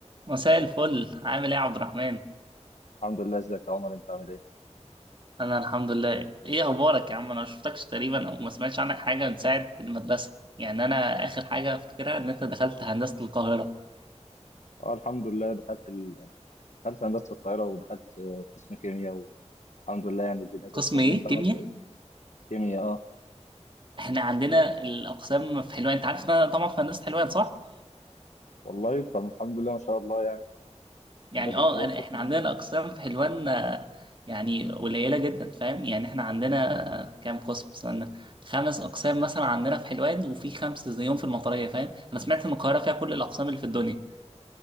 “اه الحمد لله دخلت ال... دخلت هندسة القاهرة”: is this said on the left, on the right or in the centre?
Left